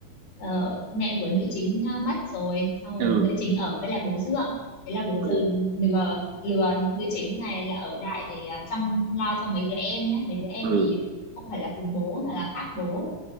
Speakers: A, on the left; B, on the right.
A: ờ, mẹ của nữ chính ờ, mất rồi xong rồi
B: ừ
A: nữ chính ở với lại bố dượng thế là bố dượng
B: ừ
A: lừa lừa nữ chính này là ở lại để ờ, chăm lo cho mấy đứa em ấy mấy đứa em
B: ừ
A: thì không phải là cùng bố mà là khác bố